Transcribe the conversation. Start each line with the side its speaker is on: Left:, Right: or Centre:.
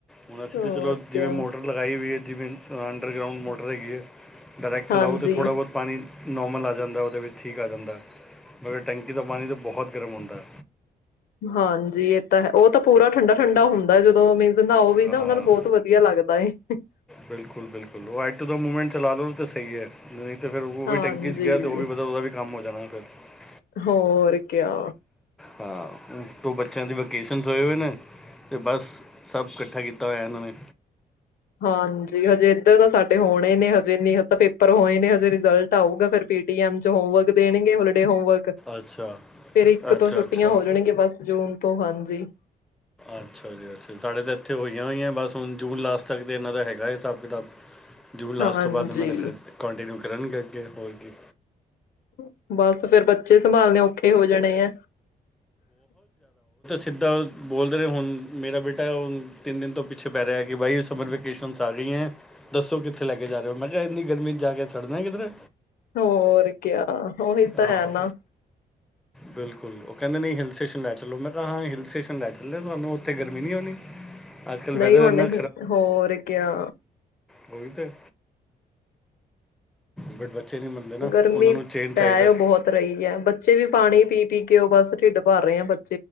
Centre: ਹੁਨ ਅਸੀਂ
Left: ਹੋਰ
Centre: ਤਾਂ ਚਲੋ
Left: ਕਿਆ
Centre: ਜਿਵੇਂ ਮੋਟਰ ਲਗਾਈ ਹੋਈ ਏ। ਜਿਵੇਂ ਅੰਡਰਗਰਾਊਂਡ ਮੋਟਰ ਹੈਗੀ ਏ। ਡਾਇਰੇਕਟ
Left: ਹਾਂਜੀ
Centre: ਚਲਾਓ ਤਾਂ ਥੋੜਾ ਬੋਤ ਪਾਨੀ। ਨੋਰਮਲ ਆ ਜਾਂਦਾ ਉਹਦੇ ਵਿੱਚ ਠੀਕ ਆ ਜਾਂਦਾ ਮਗਰ ਟੈਂਕੀ ਤੋਂ ਪਾਣੀ ਤਾਂ ਬਹੁਤ ਗਰਮ ਹੁੰਦਾ ਹੈ
Left: ਹਾਂਜੀ ਇਹ ਤਾਂ ਉਹ ਤਾਂ ਪੂਰਾ ਠੰਡਾ ਠੰਡਾ ਹੁੰਦਾ ਜਦੋਂ ਮ ਨਾ ਉਹ ਵੀ ਨਾ
Centre: ਹਾਂ
Left: ਉਹਨਾ
Centre: ਹਾਂ
Left: ਨੂੰ ਬਹੁਤ ਵਧੀਆ ਲੱਗਦਾ ਏ ਇੱਕ
Centre: ਬਿਲਕੁਲ ਬਿਲਕੁਲ ਉਹ ਐੂ ਦ ਮੂਵਮੈਂਟ ਚਲਾ ਲੋ ਤੇ ਸਹੀ ਹੈ ਅਤੇ ਫਿਰ ਉਹ
Left: ਹਾਂਜੀ
Centre: ਵੀ ਟੈਂਕੀ 'ਚ ਗਿਆ ਅਤੇ ਉਹ ਵੀ ਮਤਲਬ ਉਹਦਾ ਵੀ ਕੰਮ ਹੋ ਜਾਣਾ <unintelligible>
Left: ਹੋਕਿਆ
Centre: ਹਾਂ ਦੋ ਬੱਚਿਆਂ ਦੀ ਵੈਕੇਸ਼ਨ ਹੋਏ ਹੋਏ ਨੇ ਤੇ ਬਸ ਸਭ ਇਕੱਠਾ ਕੀਤਾ ਹੋਇਆ ਇਹਨਾਂ ਨੇ
Left: ਹਾਂਜੀ ਹਜੇ ਇੱਧਰ ਤਾਂ ਸਾਡੇ ਹੋਣੇ ਨੇ ਹਜੇ ਨ ਤਾਂ ਪੇਪਰ ਹੋਏ ਨੇ ਹਜੇ ਰਿਜਲਟ ਆਊਗਾ ਫਿਰ ਪੀ ਟੀਐਮ ਚ ਹੋਮਵਰਕ ਦੇਣਗੇ ਹ ਹੋਮਵਰਕ
Centre: ਅੱਛਾ
Left: ਫਿਰ ਇੱਕ ਤੋਂ
Centre: ਅੱਛਾ
Left: ਛੁੱਟੀਆਂ
Centre: ਅੱਛਾ
Left: ਹੋ ਜਾਣਗੇੀਆਂ ਬਸ ਜੂਨ ਤੋਂ ਹਾਂਜੀ ਜੀ
Centre: ਅੱਛਾ ਜੀ ਅੱਛਾ ਜੀ ਸਾਡੇ ਤਾਂ ਇੱਥੇ ਹੋਈਆਂ ਹੋਈਆਂ ਬਸ ਹੁਣ ਜੂਨ ਲਾਸਟ ਤੱਕ ਤੇ ਇਹਨਾਂ ਦਾ ਹੈਗਾ ਹਿਸਾਬ ਕਿਤਾਬ ਜੂਨ ਲਾਸਟ
Left: ਹਾਂਜੀ।
Centre: ਤੋਂ ਬਾਅਦ ਉਹਨਾਂ ਨੇ ਫਿਰ ਕੰੋਂਟੀਨਿਊ ਕੀਤਾ ਕਰਨਗੇੱਗੇ ਹੋਰ ਜ
Left: <unintelligible> ਬਸ ਫੇਿਰ ਬੱਚੇ ਸੰਭਾਲੇ ਔਖੇ ਹੋ ਜਾਣੇ ਆ
Centre: ਸਿੱਧਾਂ ਬੋਲਦੇ ਰਹੇ ਹੁਣ ਮੇਰਾ ਬੇਟਾੁਣ ਤਿੰਨ ਦਿਨ ਤੋਂ ਪਿੱਛੇ ਪੈ ਰਿਹਾ ਕਿ ਬਾਈ ਸਮਰ ਵੇਕੇਸ਼ਨ ਆ ਰਹੀ ਹੈ ਦੱਸੋ ਕਿੱਥੇ ਲੈ ਕੇ ਜਾ ਰਹੇ ਹੋ ਮੈਂ ਇੰਨੀ ਗਰਮੀ ਚ ਜਾ ਕੇ ਚੜਨਾ ਕਿਧਰ
Left: ਹੋਰ ਕਿਆ ਉਹੀ
Centre: ਹਾਂ
Left: ਤਾਂ ਹੈ ਨਾ
Centre: ਬਿਲਕੁਲ ਉਹ ਕਹਿੰਦੇ ਨਹੀਂ ਹਿਲ ਸਟੇਸ਼ਨ ਲੈ ਚਲੋ ਮੈਂ ਕਿਹਾਾਂ ਹਲ ਸਟੇਸ਼ਨ ਲੈ ਚੱਲੇ ਤੁਹਾਨੂੰ ਉੱਥੇ ਗਰਮੀ ਨੀ ਹੋਣੀ ਅੱਜ ਕੱਲ
Left: ਨਹੀਂ
Centre: ਵੈਦਰ
Left: ਹੁਣ
Centre: ਇੰਨਾ
Left: ਹੋਰ ਕਿਆ
Centre: ਗੋਲੀ ਤੇ ਬਟ ਬ ਬੱਚੇ ਨਹੀਂ ਮੰਨਦੇ ਨਾ
Left: ਗਰਮੀ
Centre: ਉਹਨਾਂ ਨੂੰ ਚੇਨ
Left: ਪੈ
Centre: ਚਾਹੀਦਾ
Left: ਉਹ ਬਹੁਤ ਰਹੀ ਹੈ ਬੱਚੇ ਵੀ ਪਾਣੀ ਪੀ ਪੀ ਕੇ ਉਹ ਬਸ ਢਿੱਡ ਬਰ <unintelligible>